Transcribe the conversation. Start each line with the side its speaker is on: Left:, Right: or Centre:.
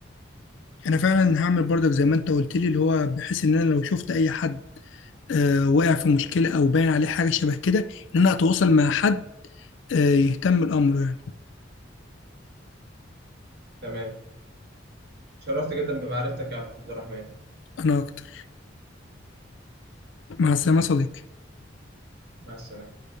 Left: انا فعلا هعمل برضك زي ما انت قلت لي اللي هو بحيث ان انا لو شفت اي حد آه، واقع في مشكله او باين عليه حاجه شبه كده ان انا اتواصل مع حد آه، يهتم الامر يعني
Right: تمام شرفت جدا بمعرفتك يا عبد الرحمن
Left: انا اكتر مع السلامه يا صديقي
Right: مع السلامة